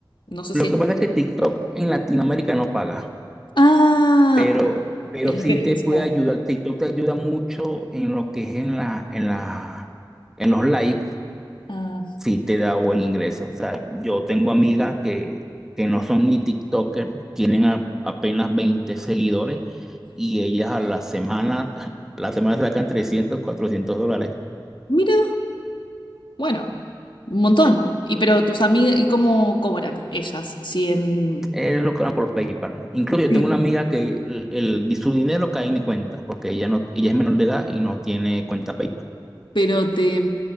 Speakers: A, on the left; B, in the centre.
A: No sé
B: Lo
A: si es...
B: que pasa es que TikTok en Latinoamérica no paga,
A: Ah,
B: pero, pero
A: es
B: sí
A: lo que necesitaba.
B: te puede ayudar. TikTok te ayuda mucho en lo que es en la, en la, en los likes
A: Ah,
B: sí te da buen ingreso. O sea, yo tengo amigas que, que no son ni TikToker, tienen a- apenas veinte seguidores y ellas a la semana, <laughs> la semana sacan trescientos cuatrocientos dólares.
A: mira, bueno, un montón. Y pero tus amigas, ¿y cómo cobran ellas? Si en,
B: Es lo que van por PayPal. Incluso yo
A: Sí.
B: tengo una amiga que el, el- su dinero cae en mi cuenta porque ella, no, ella es menor de edad y no tiene cuenta PayPal.
A: pero te,